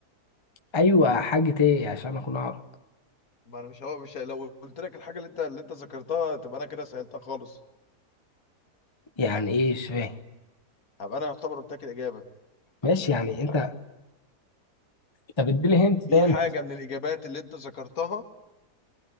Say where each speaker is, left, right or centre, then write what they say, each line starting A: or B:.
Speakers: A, on the left (about 20°); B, on the left (about 60°).
A: أيوة حاجة إيه عشان أكون أعرف
B: ما انا مش هو مش لو قلت لك الحاجة اللي انت اللي انت ذكرتها تبقى انا كده سألتها خالص
A: يعني إيه مش فاهم
B: هبقى انا يعتبر قلت لك الإجابة
A: ماشي يعني أنت طب اديني هنت تاني
B: في حاجة من الإجابات اللي انت ذكرتها